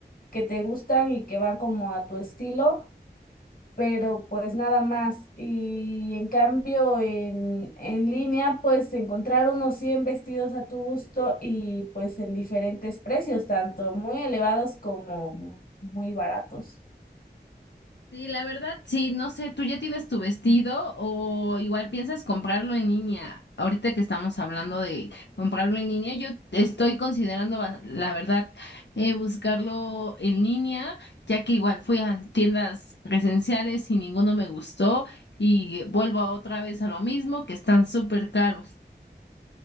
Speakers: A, on the left; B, on the left.
A: que te gustan y que van como a tu estilo pero pues nada más. Y en cambio, en, en línea, pues encontrar unos 100 vestidos a tu gusto y pues en diferentes precios, tanto muy elevados como muy baratos.
B: Sí, la verdad, sí, no sé, ¿tú ya tienes tu vestido o igual piensas comprarlo en línea? Ahorita que estamos hablando de comprarlo en línea, yo estoy considerando, ba- la verdad, eh, buscarlo en línea, ya que igual fui a tiendas presenciales y ninguno me gustó y vuelvo otra vez a lo mismo, que están súper caros.